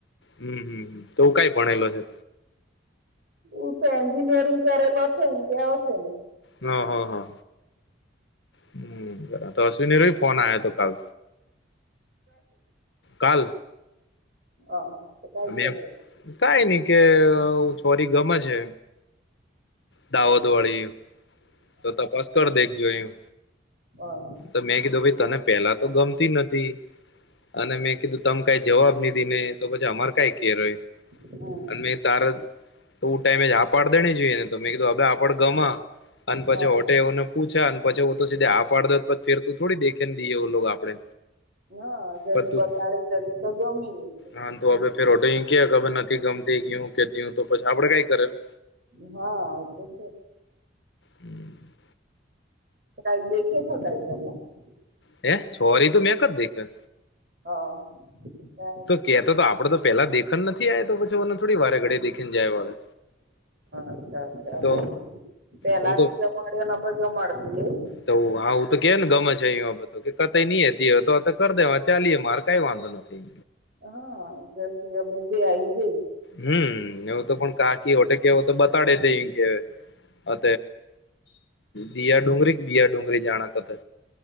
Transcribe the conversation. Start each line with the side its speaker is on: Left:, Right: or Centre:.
Left: હમ હમ તોું કઈ ભણેલો છે
Right: હું તો એન્જિનિયરિંગ કરેલો છે ને કેવા છે ને
Left: હ હા હા હમ બરા તો અશ્વિનીરો ફોન આવ હતો કાલ કાલ
Right: અ તો કઈ છેત
Left: મેં કઈ નઈ કે ચોરી ગમે છે દાહોદવાળી તો તપાસ કર દેખજો એું
Right: હા
Left: તો મેં કીધું ભાઈ તને પેલા તો ગમતી નથી અને મેં કીધું તમે કઈ જવાબ નધી ને તો પછી અમાર કઈ કેર હોય
Right: હમ
Left: અને તારા તો ટાઈમે આપડ દણી જોઈએને તો મેં કીધું હ આપડ ગમા અને
Right: હા
Left: પછી હોટેવને પૂછા અને પછી તો સીધ આપા પાડોછેર ત થોડી દેખેને દઈએ આપડે
Right: ના જદી
Left: પર તું
Right: બતાડે તદી તો ગમી જ છે
Left: હા તો હવે ફેર ઓટો ક કે હ નથી ગમતીું કેતી તોછી આપડે કઈ કરેલું
Right: હા તો છે
Left: હમ
Right: કઈ બેેખ હોતાય તમ <unintelligible>
Left: એ છોરી તો મેંક જ દેખ <inaudible> <unintelligible>
Right: હટ
Left: કે તો તો આપડે તો પેલા દેખન નથી આ તો પછી મને થોડી વારે ઘડી દેખીને જાય વાળે
Right: અચ્છા અચ્છા
Left: તો
Right: હ પેલા
Left: હું તો
Right: ની જમાડને જમાડતી એ
Left: તો હા હું તો કે ને ગમે છે અં બાતો કે કઈ નઈ હતી તો તો કર દે ચાએ મારે કઈ વાંધો <unintelligible> <inaudible> નથી
Right: હા જશ હવે જે આઈ જ
Left: હમ એવું તો પણ કાકી હોટે કેવ તો બતાડે તે એ કે <unintelligible> <inaudible> અ બીયા ડુંગરી બીયા ડુંગરી જાણા કતે